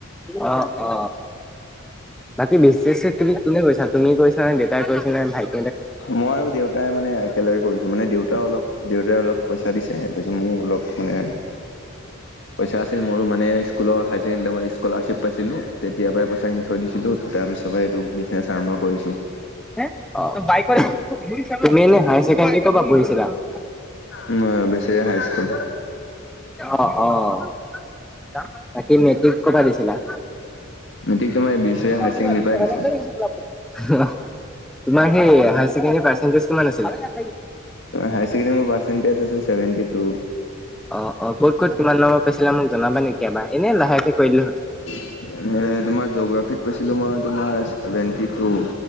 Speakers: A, in the centre; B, on the left (about 60°).
A: অ অ বাকী বিশ কোনে কৰিছা তুমি কৰিছা নে দেউতাই কৰিছে নে ভাই
B: মই আৰু দেউতাই মানে। একেলগে কৰিছোঁ মানে দেউতাও অলপ দেউতাই অলপ পইচা দিছে তাৰপিছত মোৰ অলপ মানে পইচা আছিলে মোৰো মানে স্কুলৰ হায় ছেকেণ্ডৰী টাইমত স্কলাৰশ্বিপ পাইছিলোঁ তেতিয়া পাই পইছা খিনি থৈ দিছিলোঁ তাৰপিছ পৰাই এইটো বিজনেছ আৰম্ভ কৰিছোঁ।
A: তুমি ইনেই হাই চেকেণ্ডেৰী কৰ পৰা পঢ়িছিলা?
B: উ বেছি হাই স্কুল।
A: অ অ বাকী মেট্ৰিক কৰ পৰা দিছিলা?
B: মেট্ৰিক তোমাৰ বেচেৰীয়া
A: ঘৰত
B: হায়াৰ ছেকেণ্ডেৰী
A: আ
B: পৰাই দিছিলোঁ।
A: নছিলে। <unintelligible> তোমাৰ কি হাই চেকেণ্ডেৰী পাৰ্চেন্টিছ কিমান আছিলে?
B: হাই চেকেণ্ডেৰী মোৰ পাৰ্চেন্টিছ আছিল ছেভেনটি টু
A: অ অ ক'ত ক'ত কিমান নম্বৰ পাইছিলে মোক জনাব নেকি এবাৰ এনেই লাহেকে কৈ দিলে হ'ল।
B: এ তোমাৰ জগ্ৰাফিত পাইছিলো মই তোমাৰ ছেভেনটি টু